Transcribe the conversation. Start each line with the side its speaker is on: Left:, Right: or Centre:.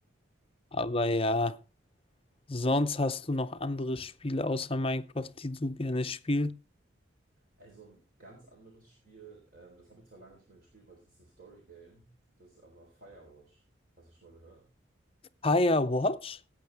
Left: Aber ja, sonst hast du noch andere Spiele außer Minecraft, die du gerne spielst.
Right: Also ein ganz anderes Spiel, ähm, das habe ich zwar lange nicht mehr gespielt, weil es ist ein Story-Game. Das ist aber Firewatch. Hast du schon mal gehört?
Left: Firewatch?